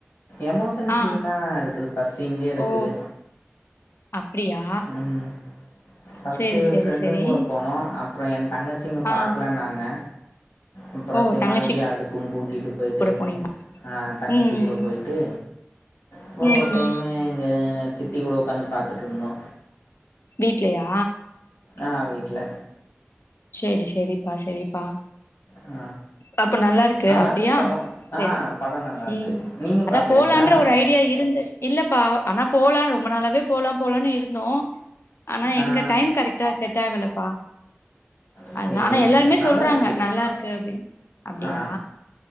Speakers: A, on the left; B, on the left.
A: எமோஷன்
B: ஆ
A: சீன்லா இருக்குது ஃபஸ்ட் சீன்லே இருக்குது
B: ஓ அப்டியா
A: ம் ஃபர்ஸ்ட்டு
B: சேரி சேரி
A: ஃப்ரெண்டுங்
B: சேரி
A: கூட போனோ ஃப்ரெண் தங்கச்சிங்க
B: ஆ
A: பாக்கலா நாங்க அப்ரே
B: ஓ
A: ச்ச
B: தங்கச்சி
A: மறுபிடியு அதுக்கு கூட்டிட்டு போயிட்டு
B: கூட போனீங்க
A: அஹ் தங்கச்சி
B: ம்
A: கூட போயிட்டு அப்ரோ
B: ம்
A: ஒரு டைம்மு எங்க சித்தி கூட ஒக்காந்து பாத்துட்டுருந்தோ
B: வீட்லயா
A: ஆஹ் வீட்ல
B: செரி செரிப்பா செரிப்பா
A: ஆ
B: அப்போ நல்லா இருக்கு
A: நல்லாருக்கு
B: அப்டியா
A: படம்.
B: செரி
A: ஆ படம் நல்லாருக்கு.
B: ம்
A: நீங்க
B: அதா
A: பாக்கலைங்களா?
B: போலான்ற ஒரு ஐடியா இருந்து இல்லப்பா ஆனா போலா ரொம்ப நாளாவே போலா போலானு இருந்தோ ஆனா
A: ஆ
B: எங்க டைம் கரெக்ட்டா செட் ஆகல ப்பா
A: சேரி
B: அதா ஆனா எல்லாருமே
A: சேரி. நல்லாருக்கு.
B: சொல்றாங்க நல்லா இருக்கு அப்டின் அப்டியா
A: ஆ